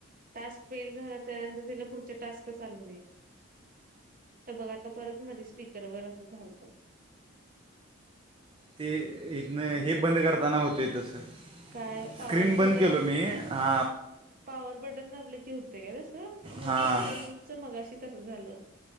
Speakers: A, on the right; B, on the right.
A: टास्क फेल झाल तर अनं ती बोली त्यानंतर तिला पुढचे टास्कच आले नाइत तर बघ आता परत मधी स्पीकरवर असं झालतं.
B: ते इथन हे बंद करताना होतय ते तसं
A: काय पॉवर
B: स्क्रीन बंद
A: बटन
B: केलो मी हा
A: पॉवर बटन दाबले की होते काय तस माझ
B: हां
A: फ्रेंडच मगाशी तस झालं.